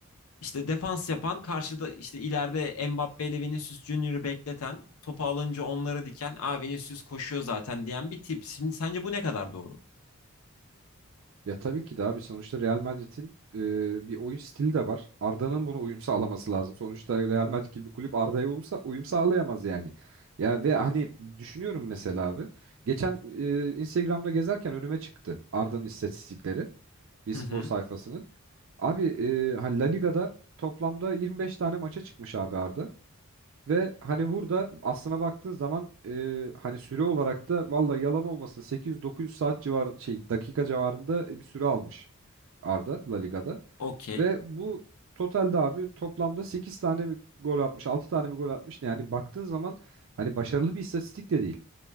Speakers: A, on the left (about 75°); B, on the right (about 60°).
A: İşte defans yapan, karşıda işte ileride Mbappe ile Vinicius Junior'ı bekleten, topu alınca onlara diken, "Aa Vinicius koşuyor zaten." diyen bir tip. Şimdi sence bu ne kadar doğru?
B: Ya tabii ki de abi sonuçta Real Madrid'in e, bir oyun stili de var. Arda'nın buna uyum sağlaması lazım. Sonuçta Real Madrid gibi bir kulüp Arda'ya uyum, sa- uyum sağlayamaz yani. Ya ve hani düşünüyorum mesela abi. Geçen e, Instagram'da gezerken önüme çıktı Arda'nın istatistikleri. Bir spor
A: Hı hı.
B: sayfasının. Abi e, hani La Liga'da toplamda 25 tane maça çıkmış abi Arda. Ve hani burada aslına baktığın zaman e, hani süre olarak da valla yalan olmasın 800-900 saat civar şey dakika civarında e, bir süre almış. Arda La Liga'da.
A: Okey.
B: Ve bu totalde abi toplamda 8 tane mi gol atmış, 6 tane mi gol atmış ne? Yani baktığın zaman hani başarılı bir istatistik de değil.